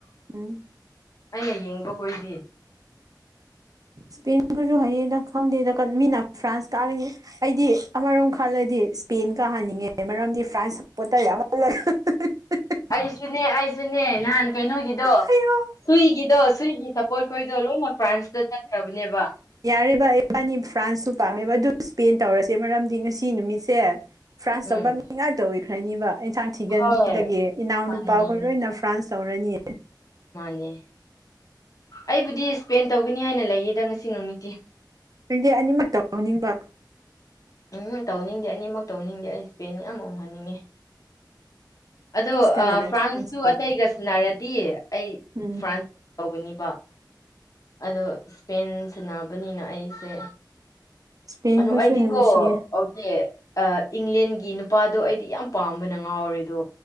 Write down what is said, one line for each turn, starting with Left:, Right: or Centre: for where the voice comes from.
Right: ꯎꯝ
Left: ꯑꯩꯅ ꯌꯦꯡꯕꯈꯣꯏꯗꯤ
Right: ꯏꯁꯄꯦꯟꯈꯣꯏꯁꯨ ꯍꯩꯌꯦꯗ ꯈꯪꯗꯦꯗ ꯀꯟ ꯃꯤꯅ ꯐ꯭ꯔꯥꯟꯁ ꯀꯥꯒꯅꯤ ꯑꯩꯗꯤ ꯑꯃꯔꯣꯝ ꯍꯜꯂꯗꯤ ꯏꯁꯄꯦꯟ ꯀꯥꯍꯟꯅꯤꯡꯉꯦ ꯃꯔꯝꯗꯤ ꯐ꯭ꯔꯥꯟꯁ ꯁꯥꯄꯣꯇꯔ ꯌꯥꯝꯃꯜꯂꯦ ꯍꯍ ꯍꯍ ꯍ
Left: ꯑꯩꯁꯨꯅꯦ ꯑꯩꯁꯨꯅꯦ ꯅꯍꯥꯟ ꯀꯩꯅꯣꯒꯤꯗꯣ
Right: ꯍꯩꯌꯣ
Left: ꯁꯨꯏꯒꯤꯗꯣ ꯁꯨꯏꯒꯤ ꯁꯞꯄꯣꯔꯠ ꯈꯣꯏꯗꯣ ꯂꯣꯏꯅ ꯐ꯭ꯔꯥꯟꯁꯇ ꯆꯠꯈ꯭ꯔꯕꯅꯦꯕ
Right: ꯌꯥꯔꯦ ꯚꯥꯏ ꯏꯕꯥꯅꯤ ꯐ꯭ꯔꯥꯟꯁꯁꯨ ꯄꯥꯝꯃꯦꯕ ꯑꯗꯨ ꯏꯁꯄꯦꯟ ꯇꯧꯔꯁꯦ ꯃꯔꯝꯗꯤ ꯉꯁꯤ ꯅꯨꯃꯤꯠꯁꯦ ꯐ꯭ꯔꯥꯟꯁ
Left: ꯎꯝ
Right: ꯇꯧꯕ ꯃꯤ ꯉꯥꯛꯇ ꯑꯣꯏꯈ꯭ꯔꯅꯤꯕ ꯏꯟꯁꯥꯡ ꯊꯤꯒꯟꯕꯤꯗꯒꯤ
Left: ꯍꯣꯏ
Right: ꯏꯅꯥꯎ
Left: ꯃꯥꯅꯦ
Right: ꯅꯨꯄꯥꯈꯣꯏ
Left: ꯃꯥꯅꯦ
Right: ꯂꯣꯏꯅ ꯐ꯭ꯔꯥꯟꯁ ꯇꯧꯔꯅꯤ
Left: ꯃꯥꯅꯦ ꯑꯩꯕꯨꯗꯤ ꯁ꯭ꯄꯦꯟ ꯇꯧꯒꯅꯤ ꯍꯥꯏꯅ ꯂꯩꯌꯦꯗ ꯉꯁꯤ ꯅꯨꯃꯤꯠꯇꯤ
Right: ꯅꯪꯗꯤ ꯑꯅꯤꯃꯛ ꯇꯧꯅꯤꯡꯕ
Left: ꯎꯝ ꯍꯨꯝ ꯇꯧꯅꯤꯡꯗꯦ ꯑꯅꯤꯃꯛ ꯇꯧꯅꯤꯡꯗꯦ ꯑꯩ ꯁ꯭ꯄꯦꯟ ꯌꯥꯝ ꯎꯝꯍꯟꯅꯤꯡꯉꯤ ꯑꯗꯣ
Right: ꯑꯁ ꯀꯅꯥꯅ
Left: ꯑꯥ ꯐ꯭ꯔꯥꯟꯁꯁꯨ
Right: ꯈꯪ ꯏꯁꯄꯦꯟ
Left: ꯑꯇꯩꯒ ꯁꯟꯅꯔꯗꯤ ꯑꯩ
Right: ꯎꯝ
Left: ꯐ꯭ꯔꯥꯟꯁ ꯇꯧꯒꯅꯤꯕ ꯑꯗꯣ ꯏꯁꯄꯦꯟ ꯁꯟꯅꯕꯅꯤꯅ ꯑꯩꯁꯦ
Right: ꯏꯁꯄꯦꯟꯈꯣꯏꯁꯨ
Left: ꯑꯅꯣ ꯑꯩꯗꯤꯀꯣ
Right: ꯅꯨꯡꯁꯤꯌꯦ
Left: ꯑꯣꯆꯦ ꯑꯥ ꯏꯪꯂꯦꯟꯒꯤ ꯅꯨꯄꯥꯗꯣ ꯑꯩꯗꯤ ꯌꯥꯝ ꯄꯥꯝꯕꯅ ꯉꯥꯎꯔꯦꯗꯣ